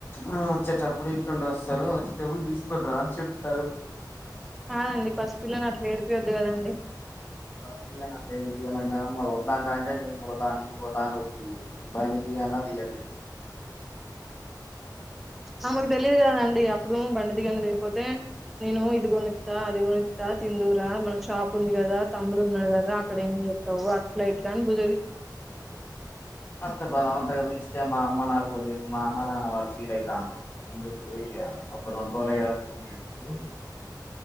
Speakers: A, on the left; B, in the centre.
A: ఆ వచ్చేటప్పుడు ఇట్టుండి వస్తారు వచ్చేటేబులు తీసుకుని రా అని చెప్తారు
B: కాద అండి పసిపిల్లని అట్లా ఏడిపోయద్దు కదండి
A: ఫస్ట్ అ ఒన్నాా కాాల నీన్ బా నన్ పోతాన ఒకదుబని తీయన్న తీయడదు
B: ఆమెకు తెలియదు కదా అండి అప్పుడు బండది గణదేవ్ కపోతే నేను ఇది కొనుకుతా అది కొనుకుతా తిందురా మనకు షాప్ ఉంది కదా తమ్ముడు ఉన్నాడు కదా అక్కడ ఏం చెతావు అట్లా ఇట్లా అని బుజ
A: మ బ అంత ఇస్తేమ్ మా అమ్మ నాలుకుద మా అమ్మ నాన్న వాళ్ళు ఫీల్ అయి తాండ్రు ఎందుకు ఇ ఒక రెండు రోజులు కదా పోని యానికి